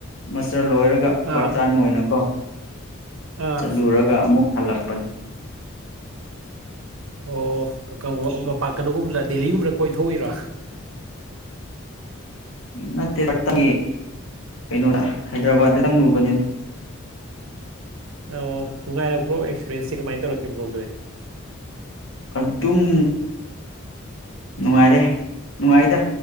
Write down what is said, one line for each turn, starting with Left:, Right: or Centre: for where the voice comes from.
Left: ꯃꯁꯇꯔ ꯂꯣꯏꯔꯒ
Right: ꯑꯥ
Left: ꯄꯥꯔꯠ ꯇꯤꯏꯝ ꯑꯣꯏꯅ ꯀꯣ
Right: ꯑꯥ
Left: ꯆꯠꯂꯨꯔꯒ ꯑꯃꯨꯛ ꯍꯜꯂꯛꯄꯅꯤ
Right: ꯑꯣ ꯃꯄꯥꯟ ꯀꯩꯅꯣꯒꯨꯝꯕꯂ ꯗꯦꯜꯂꯤꯒꯨꯝꯕꯅ ꯀꯣꯏꯊꯣꯛꯏꯔꯥ
Left: ꯅꯠꯇ <unintelligible> ꯀꯩꯅꯣꯗ ꯍꯥꯏꯗ꯭ꯔꯕꯥ ꯆꯪ ꯂꯨꯕꯅꯤꯗ
Right: ꯑꯣ ꯉꯥꯏꯔꯄ꯭ꯔꯣꯛꯁꯄꯤꯔꯦꯟꯁꯦ ꯀꯃꯥꯏꯅ ꯇꯧꯔꯛꯀ ꯕꯣꯗꯣꯏ
Left: ꯑꯗꯨꯝ ꯅꯨꯡꯉꯥꯏꯔꯦ ꯅꯨꯡꯉꯥꯏꯗ